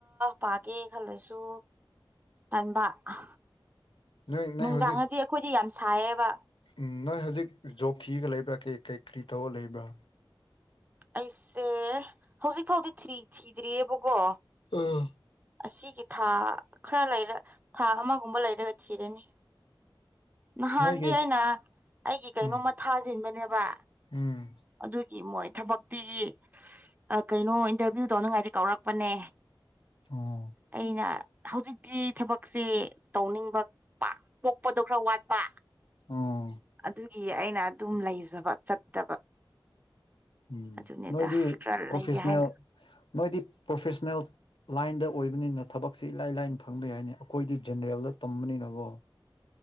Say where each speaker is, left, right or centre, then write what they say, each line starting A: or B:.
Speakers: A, on the right; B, on the left.
A: ꯄꯥꯒꯦ ꯈꯜꯂꯁꯨ ꯇꯟꯕ ꯑ
B: ꯅꯣꯏ
A: ꯅꯨꯡꯗꯥꯡꯗꯤ
B: ꯅꯣꯏ ꯍꯧꯖꯤꯛ
A: ꯑꯩꯈꯣꯏꯗꯤ ꯌꯥꯝ ꯁꯥꯏꯌꯦꯕ
B: ꯎꯝ ꯅꯣꯏ ꯍꯧꯖꯤꯛ ꯖꯣꯕ ꯊꯤꯔꯒ ꯂꯩꯕ꯭ꯔꯥ ꯀ ꯀꯩ ꯀꯔꯤ ꯇꯧꯔꯒ ꯂꯩꯕ꯭ꯔꯥ
A: ꯑꯩꯁꯦ ꯍꯧꯖꯤꯛ ꯐꯥꯎꯗꯤ ꯊ꯭ꯔꯤ ꯊꯤꯗ꯭ꯔꯤꯑꯕꯀꯣ
B: ꯑꯥ
A: ꯑꯁꯤꯒꯤ ꯊꯥ ꯈꯔ ꯂꯩꯔ ꯊꯥ ꯑꯃꯒꯨꯝꯕ ꯂꯩꯔꯒ ꯊꯤꯔꯅꯤ <unintelligible> ꯅꯍꯥꯟꯗꯤ
B: ꯅꯣꯏꯒꯤ
A: ꯑꯩꯅ ꯑꯩꯒꯤ ꯀꯩꯅꯣꯝꯃ
B: ꯎꯝ
A: ꯊꯥꯖꯤꯟꯕꯅꯦꯕ
B: ꯎꯝ
A: ꯑꯗꯨꯒꯤ ꯃꯣꯏ ꯊꯕꯛ ꯇꯤꯒꯤ ꯑ ꯀꯩꯅꯣ ꯏꯟꯇꯔꯚꯤꯌꯨ ꯇꯧꯅꯤꯡꯉꯥꯏꯗꯤ ꯀꯧꯔꯛꯄꯅꯦ
B: ꯑꯣ
A: ꯑꯩꯅ ꯍꯧꯖꯤꯛꯇꯤ ꯊꯕꯛꯁꯦ ꯇꯧꯅꯤꯡꯕ ꯄꯥ ꯄꯣꯛꯄꯗꯣ ꯈꯔ ꯋꯥꯠꯄ
B: ꯑꯣ
A: ꯑꯗꯨꯒꯤ ꯑꯩꯅ ꯑꯗꯨꯝ ꯂꯩꯖꯕ ꯆꯠꯇꯕ
B: ꯎꯝ
A: ꯑꯗꯨꯅꯦꯗ
B: ꯅꯣꯏꯗꯤ
A: ꯈꯔ
B: ꯄ꯭ꯔꯣꯐꯦꯁꯅꯦꯜ
A: ꯂꯩꯒꯦ ꯍꯥꯏꯅ
B: ꯅꯣꯏꯗꯤ ꯄ꯭ꯔꯣꯐꯦꯁꯅꯦꯜ ꯂꯥꯏꯟꯗ ꯑꯣꯏꯕꯅꯤꯅ ꯊꯕꯛꯁꯤ ꯏꯂꯥꯏ ꯂꯥꯏꯅ ꯐꯪꯕ ꯌꯥꯏꯅꯤ ꯑꯩꯈꯣꯏꯗꯤ ꯖꯦꯅꯦꯔꯦꯜꯗ ꯇꯝꯕꯅꯤꯅꯀꯣ